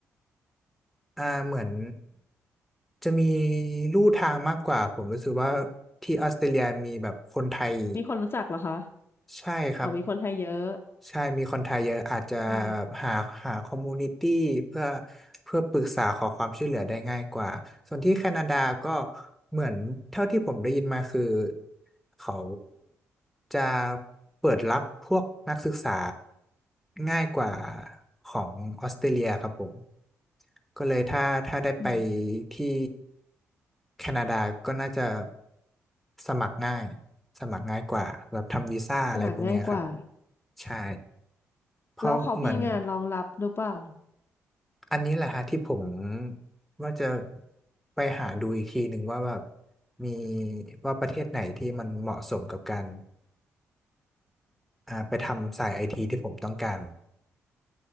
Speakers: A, in the centre; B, on the left.
A: อ่าเหมือนจะมีลู่ทางมากกว่าผมรู้สึกว่าที่ออสเตรเลียมีแบบคนไทย
B: มีคนรู้จักเหรอคะ
A: ใช่ครับ
B: อ๋อมีคนไทยเยอะ
A: ใช่มีคนไทยเยอะอาจจะแบบหาหาคอมมูนิตี้เพื่อ
B: ใช่
A: เพื่อปรึกษาขอความช่วยเหลือได้ง่ายกว่าส่วนที่แคนาดาก็เหมือนเท่าที่ผมได้ยินมาคือเขาจะเปิดรับพวกนักศึกษาง่ายกว่าของออสเตรเลียครับผม ก็เลยถ้าถ้าได้ไป
B: อืม
A: ที่แคนาดาก็น่าจะสมัครง่ายสมัครง่ายกว่าแบบทำวีซ่าอะไรพวกเนี้ยครับ
B: สมัครง่ายกว่า
A: ใช่เพราะเหมือน
B: แล้วเขามีงานรองรับหรือเปล่า
A: อันนี้แหละฮะที่ผมว่าจะไปหาดูอีกทีหนึ่งว่าแบบมีว่าประเทศไหนที่มันเหมาะสมกับการอ่าไปทำสายไอทีที่ผมต้องการ